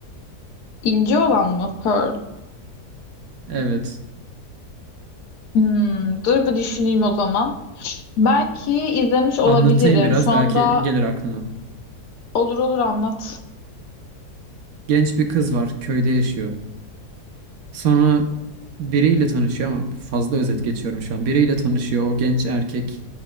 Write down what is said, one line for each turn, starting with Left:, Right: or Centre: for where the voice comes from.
Left: İnce olan mı? Pearl.
Right: Evet.
Left: Hmm, dur bir düşüneyim o zaman. Belki izlemiş olabilirim.
Right: Anlatayım biraz
Left: Şu anda
Right: belki gelir aklına.
Left: olur olur anlat.
Right: Genç bir kız var köyde yaşıyor. Sonra biriyle tanışıyor ama fazla özet geçiyorum şu an. Biriyle tanışıyor o genç erkek.